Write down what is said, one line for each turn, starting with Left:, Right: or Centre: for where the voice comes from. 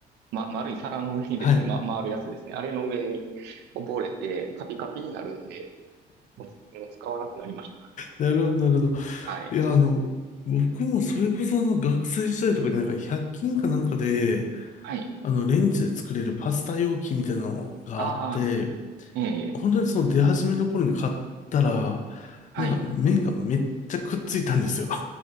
Right: ま、丸い皿の上にですね、
Left: はい。
Right: ま、回るやつですね。あれの上にこぼれて、カピカピになるので、もうつ、もう使わなくなりました。
Left: なるほど、なるほど。
Right: はい。
Left: いや、あの、僕もそれこそあの学生時代とかになんか100均かなんかで、
Right: はい。
Left: あのレンジで作れるパスタ容器みたいなのがあって、
Right: ああ、ええ、
Left: 本当にその出始めの頃に買ったら、
Right: はい。
Left: なんか麺がめっちゃくっついたんですよ。<laughs>